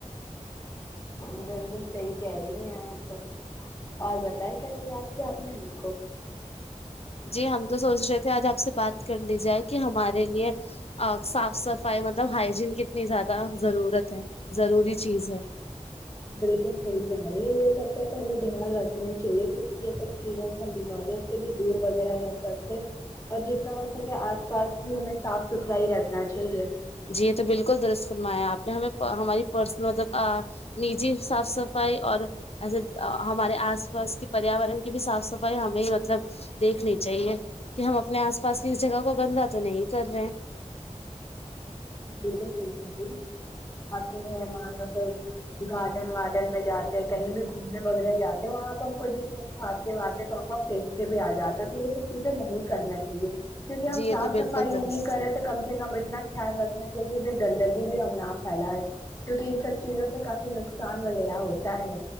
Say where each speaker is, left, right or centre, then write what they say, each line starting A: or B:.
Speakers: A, on the left; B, on the left.
A: بالکل صحیح کہہ رہی ہیں آپ تو اور بتائے کیسے یاد کیا آپ نے ہم کو
B: جی ہم تو سوچ رہے تھے آج آپ سے بات کر لی جائے کہ ہمارے لیے آ صاف صفائی مطلب ہائجین کتنی زیادہ ضرورت ہے ضروری چیز ہے
A: بالکل صحیح کہہ رہی ہے یہ سب کا تو ہمیں دھیان رکھنا ہی چاہیے کیونکہ یہ سب چیزیں ہم بیماریوں سے بھی دور وغیرہ رہ سکتے اور جتنا ہو سکے آس پاس بھی ہمیں صاف ستھرا ہی رکھنا چاہیے
B: جی یہ تو بالکل درست فرمایا آپ نے ہمیں ہماری پرسنل مطلب آ نجی صاف صفائی اور ایسے ہمارے آس پاس کے پریاورن کی بھی صاف صفائی ہمیں ہی مطلب دیکھنی چاہیے کہ ہم اپنے آس پاس کی اس جگہ کو گندہ تو نہیں کر رہے ہیں
A: بالکل صحیح کہہ رہی ہے <unintelligible> گارڈن وارڈن میں جاتے کہیں بھی گھومنے وغیرہ جاتے وہاں پہ ہم کوئی بھی چیز کھاتے واتے تھوڑا پھینک کے بھی آ جاتے تو یہ سب چیزیں نہیں کرنا چاہیے کیونکہ ہم
B: جی یہ
A: صاف
B: تو بالکل
A: صفائی
B: درست
A: نہیں کر رہے تو کم سے کم اتنا خیال رکھنا جگہ جگہ گندگی بھی ہم نہ پھیلائیں کیونکہ ان سب چیزوں سے کافی نقصان وغیرہ ہوتا ہے